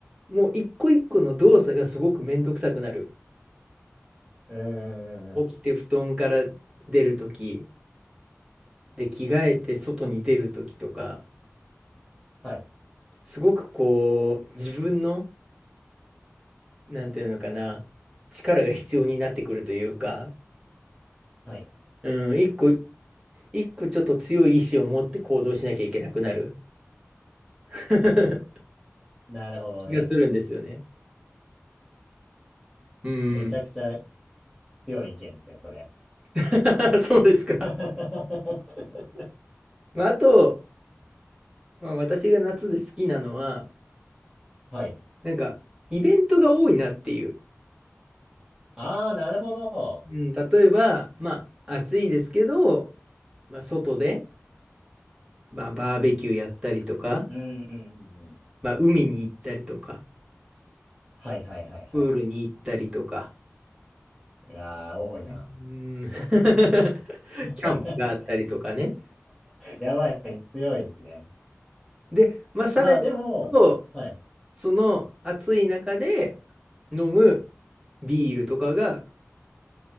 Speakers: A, on the right; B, in the centre.
A: う、もう一個一個の動作がすごくめんどくさくなる。
B: うーん。
A: 起きて布団から出るとき、で、着替えて外に出るときとか、
B: はい。
A: すごくこう、自分の、なんていうのかな、力が必要になってくるというか、
B: はい。
A: うん、一個一個ちょっと強い意志を持って行動しなきゃいけなくなる。<laughs> そういう
B: なるほどね。
A: 気がするんですよね。うーん。
B: めちゃくちゃ強い意見ですね、それ。
A: <laughs> そうですか。
B: <laughs>
A: まあ、あと、まあ、私が夏で好きなのは、
B: はい。
A: なんか、イベントが多いなっていう。
B: ああ、なるほど。
A: うん、例えば、まあ、暑いですけど、まあ、外で、まあ、バーベキューやったりとか、
B: うんうんうんうん。
A: まあ、海に行ったりとか、
B: はいはいはいはい。
A: プールに行ったりとか、
B: うわあ、多いな。
A: うーん <laughs>
B: <laughs>
A: キャンプがあったりとかね。
B: やばい、強いですね。
A: で、まあ、さらに言うと、
B: まあでも、はい。
A: その暑い中で飲むビールとかが